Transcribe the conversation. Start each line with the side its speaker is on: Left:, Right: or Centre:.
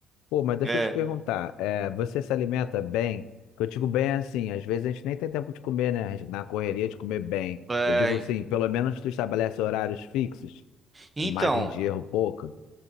Left: Pô, mas deixa
Right: É,
Left: eu te perguntar, é, você se alimenta bem? Que Eu digo bem é assim, às vezes a gente nem tem tempo de comer, né? A gente na correria de comer bem.
Right: é.
Left: Eu digo assim, pelo menos tu estabelece horários fixos,
Right: Então,
Left: com margem de erro pouca.